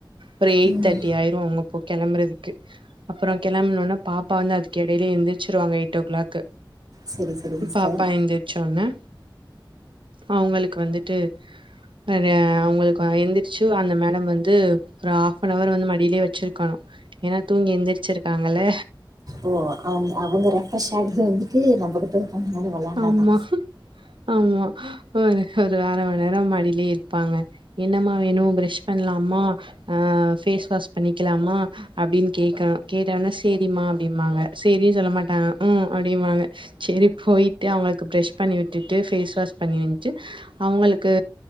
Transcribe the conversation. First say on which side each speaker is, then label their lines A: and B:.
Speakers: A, on the right; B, on the right.
A: ஒரு எயிட்
B: ம்
A: தேர்ட்டி ஆயிரு அங்க போ கெளம்புறதுக்கு அப்புறோ கெளம்பனோனா பாப்பா வந்து அதுக்கு எடையிலே எந்திரச்சிருவாங்க எயிட் ஓ கிளாக்கு
B: சரி சரி சிஸ்டர்
A: பாப்பா எந்திர்ச்சொன்னே அவ்ங்களுக்கு வந்துட்டு அத அவங்களுக்கு எந்திர்ச் சு அந்த மேடம் வந்து ஒரு ஹாப்நவர் வந்து மடியிலயே வெச்சிருக்கணு ஏனா தூங்கி எந்திரிச்சிருக்காங்கல
B: ஓ அவ்ங் அவங்க ரெஃப்ரெஷ் ஆகறது வந்துட்டு நம்மகிட்ட கொஞ்ச நேரம் வெளையாண்டாதா
A: ஆமா ஆமா ஒரு ஒரு அர மணி நேரம் மடியிலயே இருப்பாங்க என்னமா வேணு பரஷ் பண்ணலாமா அ பேஸ் வாஷ் பண்ணிக்கலாமா அப்டின்னு கேக்கணு கேட்டோனா சேரிம்மா அப்டிம்பாங்க சேரின்னு சொல்ல மாட்டாங்க ம் அப்டிம்பாங்க செரி போயிட்டு அவங்களுக்கு ப்ரஷ் பண்ணி விட்டுட்டு பேஸ் வாஷ் பண்ணிவந்துட்டு அவங்களுக்கு